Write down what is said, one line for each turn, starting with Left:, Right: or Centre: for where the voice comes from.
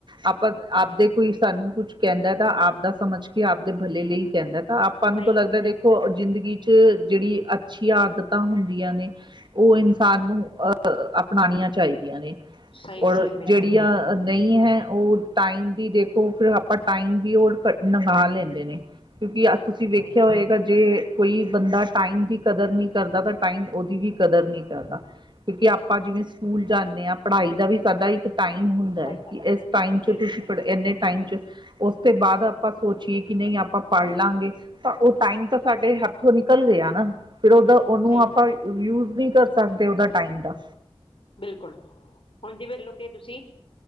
Right: ਆਪਾ, ਆਪਦੇ ਕੋਈ ਸਾਨੂੰ ਕੁਛ ਕਹਿੰਦਾ ਤਾਂ ਆਪਦਾ ਸਮਝਕੇ, ਆਪਦੇ ਭਲੇ ਲਈ ਕਹਿੰਦਾ, ਤਾਂ ਆਪ ਆਪਾਂ ਨੂੰ
Left: ਸਹੀ
Right: ਤਾ ਲੱਗਦਾ
Left: ਗੱਲ ਹੈ
Right: ਦੇਖ ਜ਼ਿੰਦਗੀ'ਚ ਜਿਹੜੀ ਅੱਛੀਆ ਆਦਤਾਂ ਹੁੰਦੀਆਂ ਨੇ, ਉਹ ਇਨਸਾਨ ਨੂੰ ਅ ਅਪਣਾਣੀਆ ਚਾਹੀਦੀਆਂ ਨੇ,
Left: ਸਹੀ
Right: ਔਰ
Left: ਗੱਲ ਹੈ ਬਿਲਕੁਲ
Right: ਜਿਹੜੀਆਂ ਨਹੀਂ ਹੈ, ਉਹ ਟਾਈਮ ਦੀ ਦੇਖੋ, ਫਿਰ ਆਪਾ ਟਾਈਮ ਵੀ ਉਹ ਨ੍ਹੰਗਾ ਲੈਂਦੇ ਨੇ। ਕਿਉਂਕੀ, ਆਜ ਤੁਸੀਂ ਵੇਖਿਆ
Left: ਸਹੀ
Right: ਹੋਇਗਾ ਜੇ ਕੋਈ ਬੰਦਾ ਟਾਈਮ ਦੀ ਕਦਰ ਨਹੀਂ ਕਰਦਾ, ਤਾਂ ਟਾਈਮ ਉਹਦੀ ਵੀ ਕਦਰ ਨਹੀਂ ਕਰਦਾ। ਕਿਉਂਕਿ ਆਪ ਆਪਾ ਜਿਵੇਂ ਸਕੂਲ ਜਾਂਨੇ ਆ, ਪੜ੍ਹਾਈ ਦਾ ਵੀ ਸਾਡਾ ਇੱਕ ਟਾਈਮ ਹੁੰਦਾ,
Left: ਸਹੀ ਗੱਲ
Right: ਕਿ
Left: ਹੈ
Right: ਇਸ ਟਾਈਮ'ਚ
Left: ਬਿਲਕੁਲ
Right: ਤੁਸੀ ਇੰਨੇ ਟਾਈਮ'ਚ ਉਸ ਤੇ ਬਾਦ ਆਪਾਂ ਸੋਚੀਏ, ਕਿ ਨਹੀ ਆਪਾਂ ਪੜ੍ਹਲਾਂਗੇ ਤਾ ਉਹ ਟਾਈਮ ਤਾਂ ਸਾਡੇ ਹੱਥੋਂ ਨਿਕਲ ਗਿਆ ਨਾ, ਫਿਰ ਉਦੋ ਉਹਨੂੰ
Left: ਸਹੀ
Right: ਆਪਾਂ
Left: ਗੱਲ
Right: ਯੂਜ ਨਹੀਂ ਕਰ ਸਕਦੇ, ਓਹਦਾ ਟਾਈਮ ਦਾ।
Left: ਬਿਲਕੁਲ ਹੁਣ ਜਿਵੇਂ ਲੋ ਕਿ ਤੁਸੀਂ,